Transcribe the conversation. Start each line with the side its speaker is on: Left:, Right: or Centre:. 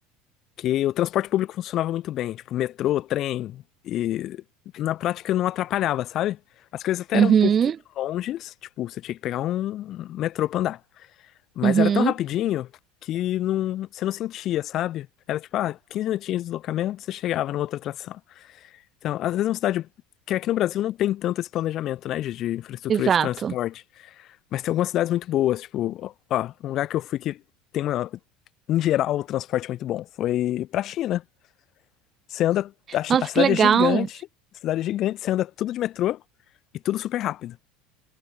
Left: que o transporte público funcionava muito bem, tipo metrô, trem, e na prática não atrapalhava, sabe? As coisas até
Right: Uhum,
Left: eram um pouquinho longes, tipo, você tinha que pegar um metrô pra andar. Mas
Right: uhum,
Left: era tão rapidinho que não, você não sentia, sabe? Era tipo, ah, 15 minutinhos de deslocamento, você chegava numa outra atração. Então, às vezes é uma cidade que aqui no Brasil não tem tanto esse planejamento, né, de, de infraestrutura
Right: exato.
Left: de transporte. Mas tem algumas cidades muito boas, tipo, ó, um lugar que eu fui que tem uma, em geral, o transporte muito bom. Foi pra China. Você anda, a, chi-
Right: Nossa,
Left: a cidade
Right: que legal.
Left: é gigante, a cidade é gigante, você anda tudo de metrô e tudo super rápido.